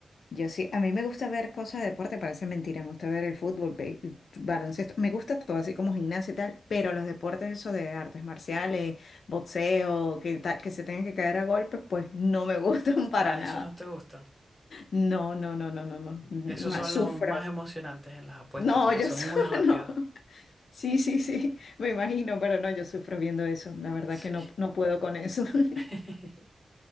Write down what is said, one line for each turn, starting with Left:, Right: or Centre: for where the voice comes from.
Left: yo sí, a mí me gusta ver cosas de deporte, parece mentira, me gusta ver el fútbol, be- baloncesto, me gusta todo así como gimnasia y tal, pero los deportes eso de artes marciales, boxeo, que tal, que se tengan que caer a golpes, pues no me gustan <laughs> para
Centre: Ah,
Left: nada.
Centre: esos no te gustan.
Left: No, no, no, no, no, no.
Centre: Esos
Left: Ma-
Centre: son
Left: sufro.
Centre: los más emocionantes en las apuestas
Left: No,
Centre: porque
Left: yo
Centre: son
Left: sufro,
Centre: muy rápidos.
Left: <laughs> no. Sí, sí, sí, me imagino, pero no, yo sufro viendo eso. La verdad
Centre: Sí.
Left: que no, no puedo con eso. <laughs>
Centre: <laughs>